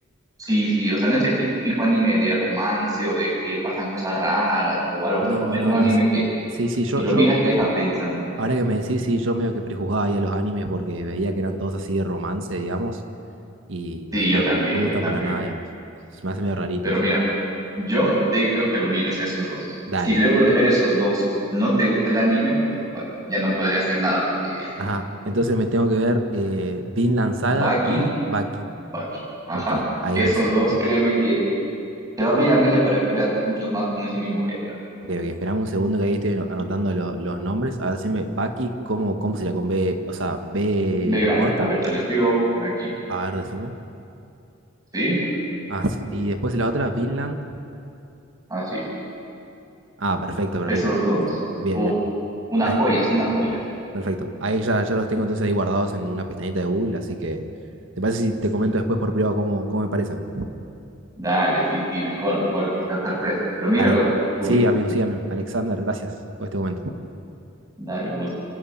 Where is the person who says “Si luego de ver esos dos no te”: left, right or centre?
Right